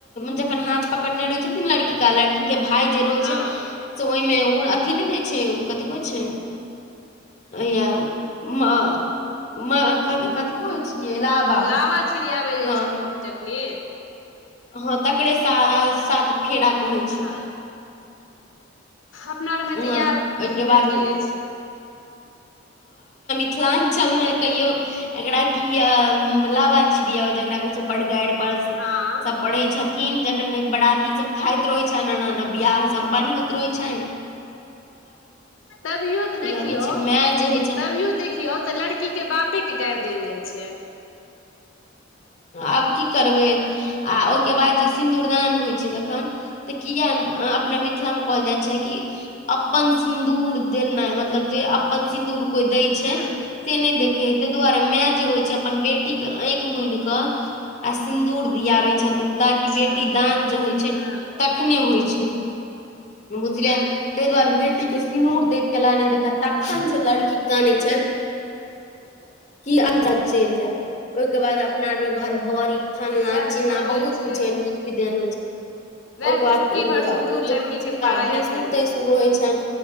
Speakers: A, on the left; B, on the left.
A: जखन हाथ पकड़ने रहे छथिन लड़की का लड़की के भाय जे रहे छै
B: हँ
A: से ओहि मे उ अथी ने छै ओ कतेको छै या म क कथ कहो छियै लाबा
B: लावा छिड़ियाबै जाइ
A: हँ
B: छथिन जखनी
A: हँ तकरे सा साथ फेरा होइ
B: अच्छा
A: छै
B: अपना आरमे
A: हँ
B: तऽ इएह
A: ओहिके बाद
B: अथी
A: उ
B: अछि
A: काम चमैय कहियौ एकरा की अ लाबा छियौ जेकरा कहै छै ब गार पढ़ै
B: हँ
A: छथिन जखन बराती सब खाइत रहै छै एना न बियाह सम्पन्न होइत रहय छै
B: तभियो तऽ देखियौ
A: अबै छै माय जे होइ छै
B: तभियो देखियौ तऽ लड़की के बाप के के गार देल जाइ छै
A: आब की करबै आ ओहिके बाद जे सिन्दूरदान होइ छै तखन तऽ किया नहि अपना मिथिलामे कहल जाइ छै कि अपन सिन्दूर दैना मतलब जे अपन सिन्दूर कोई दय छै
B: हूँ
A: से नहि देखे हे ताहि दुआरे मायं जे होय छै अपन बेटी के आँईख मुन केे क आ सिन्दूर दियाबै छथि न ताकि
B: अच्छा
A: बेटी दान जे होइ छै
B: हँ
A: तखने होइ छै बुझलिय
B: हूँ
A: त दुआरे कुीक के सिनूर दैत केल देख तखन जे लड़की कानैत छथि
B: ह
A: कि अन्दर चलि जायब ओहिके बाद अपना आरमे घर भरि फल्लां
B: वएह
A: चिल्लां
B: तऽ होइ
A: बहुत
B: छै
A: कुछ एहन विध विधान होइ छै
B: वएह
A: ओहिके बाद
B: चुटकी भर सिन्दूर लड़की
A: जिनका
B: के पराया
A: भैंसुर
B: कैर
A: तैंसुर
B: दै छै
A: रहय छनि